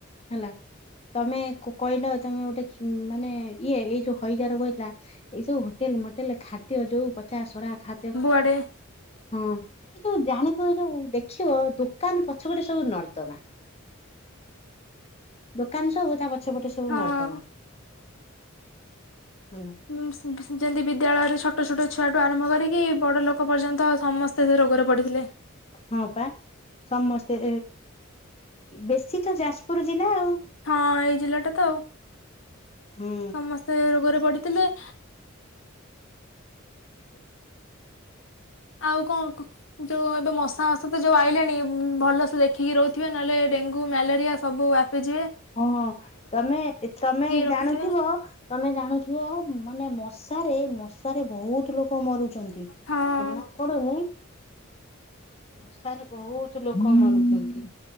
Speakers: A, on the left; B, on the left.
A: ହେଲା ତମେ କହିଲ ତମେ ଗୋଟେ ମାନେ ଇଏ ଏଇ ଯୋଉ ହଇଜ ର କଥିଲା ଏଇ ସବୁ ହୋଟେଲ ମୋଟେଲ ଖାଦ୍ୟ ଯୋଉ ପଚା ସଢା ଖାଦ୍ୟ
B: କୁଆଡ଼େ
A: ହଁ ଏଇ ଯୋଉ ଜାଣିଥିବ ଏ ଯୋଉ ଦେଖିବ ଦୋକାନ ପଛପଟେ ସବୁ ନର୍ଦ୍ଦମା। ଦୋକାନ ସବୁ ତା ପଛ ପଟେ ସବୁ
B: ହଁ
A: ନର୍ଦମା। ହୁଁ।
B: ଉ ଯେମିତି ବିଦ୍ୟାଳୟରେ ଛୋଟ ଛୋଟ ଛୁଆଠୁ ଆରମ୍ଭ କରିକି ବଡ ଲୋକ ପର୍ଯ୍ୟନ୍ତ ସମସ୍ତେ ସେ ରୋଗରେ ପଡିଥିଲେ।
A: ହଁ ପା ସମସ୍ତେ ବେଶୀ ତ ଯାଜପୁର ଜିଲ୍ଲା ଆଉ।
B: ହଁ ଏଇ ଜିଲ୍ଲା ଟା ତ ଆଉ
A: ହୁଁ
B: ସମସ୍ତେ ରୋଗରେ ପଡ଼ିଥିଲେ।
A: <inaudible>
B: ଆଉ କଣ ଯୋଉ ଏବେ ମଶା ମାସ ତ ଯୋଉ ଆଇଲାଣି ଭଲସେ ଦେଖିକି ରହୁଥିବେ ନହେଲେ ଡେଙ୍ଗୁ ମ୍ୟାଲେରିଆ ସବୁ ବ୍ୟାପି ଯିବେ।
A: ହଁ ତମେ ତମେ ଜାଣୁଥିବ
B: ରଖୁଥିବେ
A: ତମେ ଜାଣୁଥିବ ମାନେ ମ ମଶାରେ ମଶାରେ ବହୁତ ଲୋକ ମରୁଛନ୍ତି
B: ହଁ
A: ଜଣା ପଡୁନି। <inaudible> ମଶାରେ ବହୁତ ଲୋକ ମରୁଚନ୍ତି